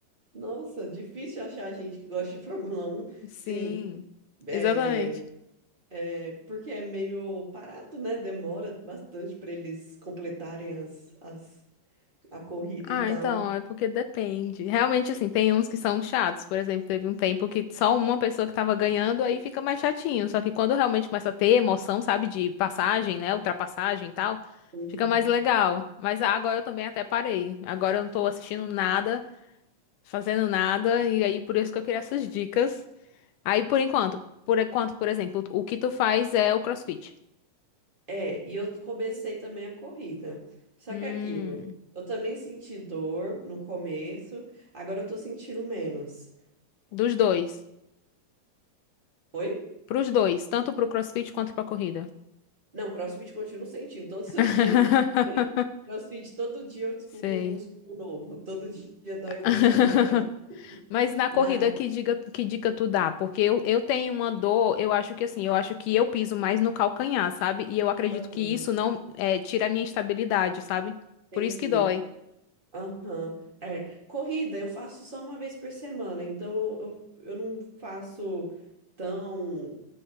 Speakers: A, on the right; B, on the left.
A: Nossa, difícil achar gente que gosta de Fórmula Um,
B: Sim.
A: Sim, é,
B: Exatamente.
A: é, porque é meio parado, né? Demora bastante para eles completarem as, as, a corrida
B: Ah,
A: e tal.
B: então, é porque depende. Realmente, assim, tem uns que são chatos. Por exemplo, teve um tempo que só uma pessoa que tava ganhando, aí fica mais chatinho. Só que quando realmente começa a ter emoção, sabe, de passagem, né, ultrapassagem e tal,
A: Entendi.
B: fica mais legal. Mas ah, agora eu também até parei. Agora eu não tô assistindo nada. fazendo nada, e aí por isso que eu queria essas dicas. Aí por enquanto, por enquanto, por exemplo, o que tu faz é o CrossFit.
A: É, e eu comecei também a corrida. Só
B: Hum,
A: que é aquilo, eu também senti dor no começo, agora eu tô sentindo menos.
B: dos dois.
A: Oi?
B: Pros dois, tanto pro CrossFit quanto pra corrida.
A: Não, CrossFit continuo sentindo todos
B: <laughs>
A: os dias. <laughs> CrossFit, todo dia eu descubro
B: Sei.
A: um músculo novo. Todo dia dói alguma
B: <laughs>
A: coisa diferente.
B: Mas na corrida,
A: Na...
B: que diga, que dica tu dá? Porque eu, eu tenho uma dor, eu acho que assim, eu acho que eu piso mais no calcanhar, sabe? E eu acredito
A: Aham,
B: que isso não é, tira a minha estabilidade, sabe? Por
A: entendi.
B: isso que dói.
A: Aham. É. Corrida eu faço só uma vez por semana, então eu, eu, eu não faço tão